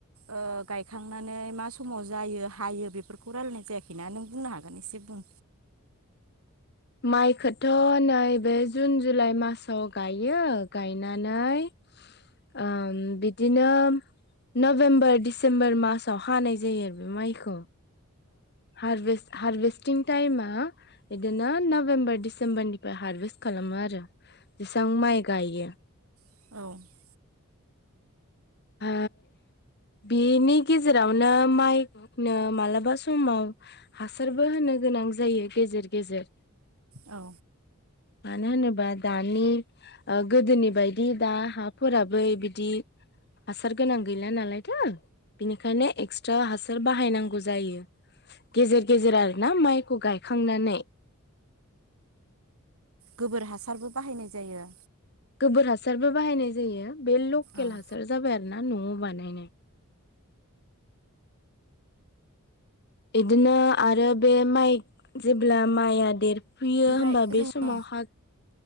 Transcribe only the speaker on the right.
ओ गायखांनानै मा समाव जायो हायो बेफोरखौ रायलायनाय जायाखैना नों बुंनो हागोन इसे बुं
औ-औ-औ-औ-औ-औ-औ
औ
गोबोर हासारबो बाहायनाय जायो।
औ-औ
बेनिफ्राय
जोङो